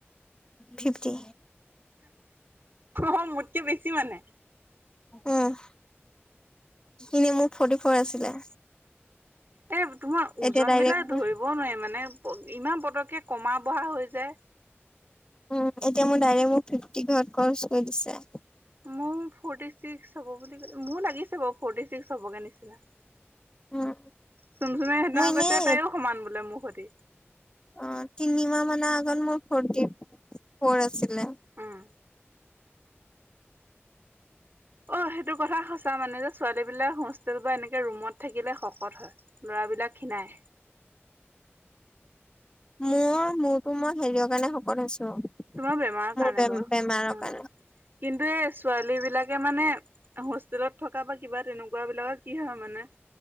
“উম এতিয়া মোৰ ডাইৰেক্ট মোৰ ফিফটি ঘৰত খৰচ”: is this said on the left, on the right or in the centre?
Left